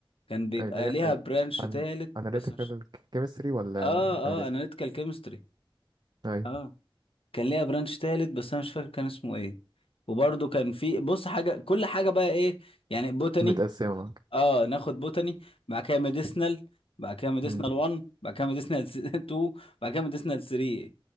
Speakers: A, on the left; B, on the right.
A: كان بيبقى
B: اللي هي
A: ليها
B: آه،
A: برانش تالت
B: أن... analytical
A: بس مش
B: chemistry ولا
A: اه
B: analytical؟
A: اه اناليتيكال كيمستري
B: ايوه
A: اه كان ليها برانش تالت بس انا مش فاكر كان اسمه ايه وبرضه كان في بص حاجه كل حاجه بقى ايه يعني بوتاني
B: متقسمه
A: اه ناخد بوتاني بعد كده ميديسنال بعد كده ميديسنال
B: معاك
A: 1 بعد كده ميديسنال <laughs> 2 بعد كده ميديسنال 3